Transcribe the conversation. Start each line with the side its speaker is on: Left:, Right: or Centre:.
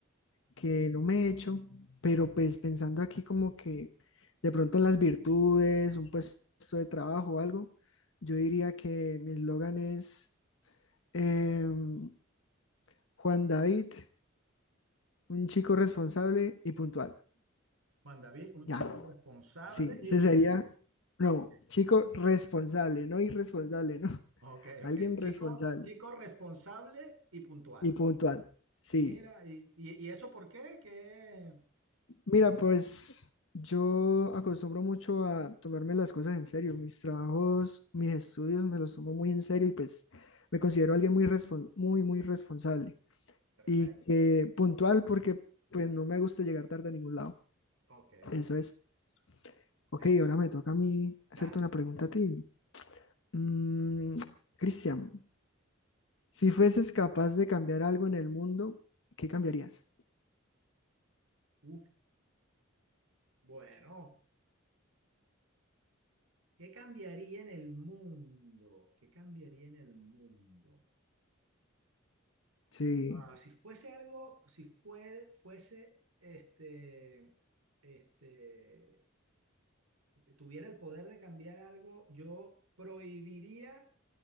Left: que no me he hecho, pero pues pensando aquí como que de pronto en las virtudes, un puesto de trabajo o algo, yo diría que mi eslogan es em, Juan David, un chico responsable y puntual.
Right: Juan David, un
Left: Ya,
Right: chico responsable
Left: sí,
Right: y
Left: ese
Right: punto.
Left: sería, no,
Right: Ok,
Left: chico responsable, no irresponsable, ¿no? <laughs>
Right: ok,
Left: Alguien
Right: ok. Chico,
Left: responsable
Right: chico responsable y puntual.
Left: y puntual, sí.
Right: Mira, y, y, ¿y eso por qué? Que...
Left: Mira, pues yo acostumbro mucho a tomarme las cosas en serio. Mis trabajos, mis estudios me los tomo muy en serio y pues me considero alguien muy respon- muy, muy responsable
Right: Perfecto,
Left: y que puntual porque pues no me gusta llegar tarde a ningún lado.
Right: ok,
Left: Eso es. Ok,
Right: eso,
Left: ahora me toca a mí hacerte
Right: dale.
Left: una pregunta a ti. Mm, Cristian, si fueses capaz de cambiar algo en el mundo, ¿qué cambiarías?
Right: Uf, bueno. ¿Qué cambiaría en el mundo? ¿Qué cambiaría en el mundo?
Left: Sí,
Right: Ah, si fuese algo, si fuer- fuese, este, este, tuviera el poder de cambiar algo, yo prohibiría